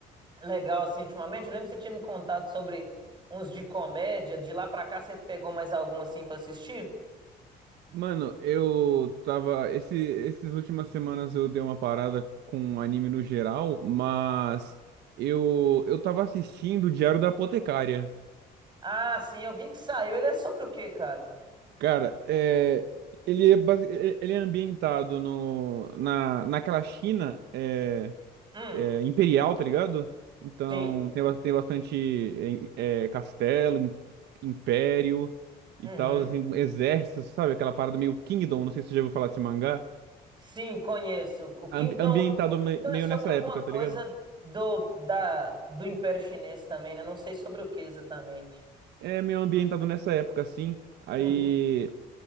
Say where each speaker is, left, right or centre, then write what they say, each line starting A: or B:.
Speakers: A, on the right (about 25°); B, on the right (about 80°).
A: legal assim ultimamente? Eu lembro que você tinha me contado sobre uns de comédia, de lá pra cá você pegou mais algum assim pra assistir?
B: Mano, eu tava. Esse, esses últimas semanas eu dei uma parada com anime no geral, mas eu, eu tava assistindo o Diário da Apotecária.
A: Ah, sim, eu vi que saiu. Ele é sobre o quê, cara?
B: Cara, é, ele é, basi- ele ele é ambientado no, na, naquela China. É,
A: Hum,
B: é, imperial, tá ligado? Então
A: sim.
B: tem, ba- tem bastante é, é, castelo, im- império e
A: Uhum.
B: tal, assim, exércitos, sabe? Aquela parada meio Kingdom, não sei se você já ouviu falar desse mangá.
A: Sim, conheço. O Kingdom,
B: Ambi- ambientado
A: o Kingdom
B: me- meio
A: é sobre
B: nessa
A: alguma
B: época,
A: coisa
B: tá ligado?
A: do, da, do Império Chinês também, né? Não sei sobre o que exatamente.
B: É meio ambientado nessa época, assim. Aí.
A: Uhum.